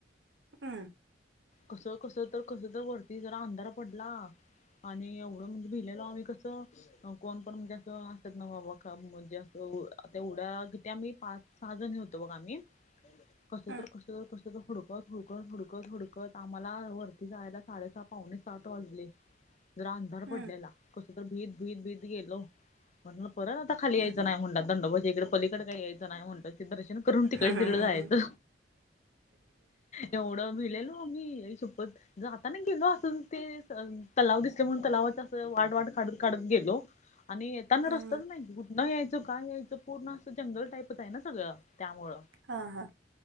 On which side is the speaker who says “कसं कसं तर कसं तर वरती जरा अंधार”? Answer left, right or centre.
Left